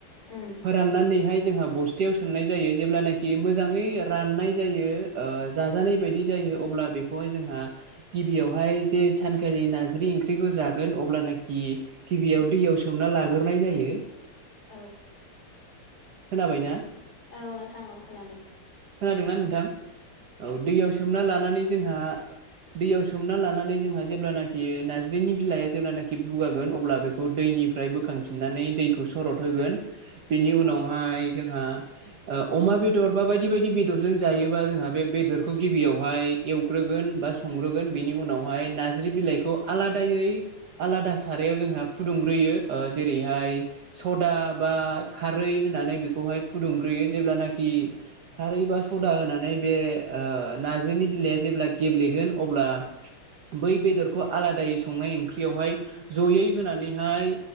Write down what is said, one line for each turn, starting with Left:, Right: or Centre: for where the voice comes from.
Left: उम
Right: फोराननानैहाय जोंहा बस्तायाव सोमनाय जायो जेब्लानाखि मोजाङै राननाय जायो ओ जाजानाय बायदि जायो अब्ला बेखौहाय जोंहा गिबियावहाय जे सानखालि ना ज्रि ओंख्रिखौ जागोन अब्लानाखि गिबियाव दैयाव सोमना लागोरनाय जायो।
Left: औ
Right: खोनाबाय ना?
Left: औ नोंथां औ खोनादों।।
Right: खोनादोंना नोंथां औ दैयाव सोमना लानानै जोंहा दैयाव सोमना लानानै जोंहा जेब्लानाखि नाज्रिनि बिलाइया जेब्लानाखि बुगागोन अब्ला बेखौ दैनि निफ्राय बोखांफिननानै दैखौ सरद होगोन। बेनि
Left: औ
Right: उनावहाय जोंहा ओ अमा बेदर बा बाय दि बायदि बेदरजों जायोबा जोंहा बे बेदरखौ गिबियावहाय एवग्रोगोन बा संग्रोगोन बेनि उनाव हाय नाज्रि बिलाइखौ आलादायै आलादा सारायाव जोंहा फुदुंग्रोयो ओ जेरै हाय सदा बा खारै होनानै बेखौहाय फुदुंग्रोयो जेब्लानाखि खारै बा सदा होनानै बे ओ नाज्रिनि बिलाइआ जेब्ला गेब्लेगोन अब्ला बै बेदरखौ आलादायै संनाय ओंख्रियावहाय जयै होनानैहाय